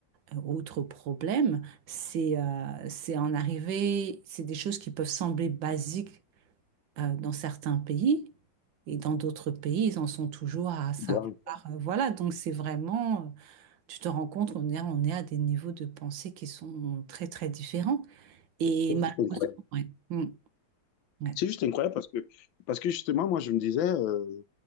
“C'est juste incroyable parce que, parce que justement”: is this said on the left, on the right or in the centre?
Left